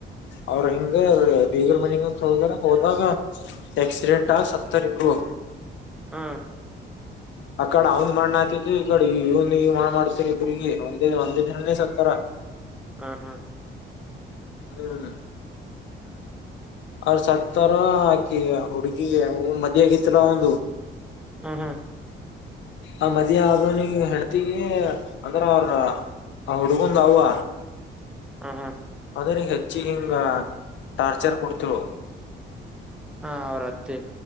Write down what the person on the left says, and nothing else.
ಅವ್ರ ಹಿಂಗೆ ಬೀಗರ್ ಮನಿಗಂತ ಹೋಗ್ಯರ ಹೋದಾಗ. ಆಕ್ಸಿಡೆಂಟ್ ಆಗ್ ಸತ್ತಾರ ಇಬ್ರು.
ಅಕಡ ಅವನ್ ಮಣ್ಣ್ ಆ ತಿದ್ದು ಈಕಡಿ ಇವನ್ ಈಗ್ ಮಣ್ಣ ಮಾಡ್ತೀರಿ ಇಬ್ರಿಗಿ ಒಂದೇ ಒಂದೇ ದಿನಾನೇ ಸತ್ತಾರ.
ಹ್ಮ ಅವ್ರ ಸತ್ತರ. ಅಕಿ ಆ ಹುಡುಗಿ ಮದಿ ಆಗಿತಲ ಅವಂದು.
ಆ ಮದ ಆದ ನೀ ಹೆಣತಿಗಿ ಅಂದ್ರ ಅವ್ರ ಹ ಹುಡುಕೊಂಡ ದವುುವ
ಆದದ್ರ ಈಗ ಹೆಚ್ಚಿ ಹಿಂಗ ಟಾರ್ಚರ್ ಕೊಡ್ತಿವು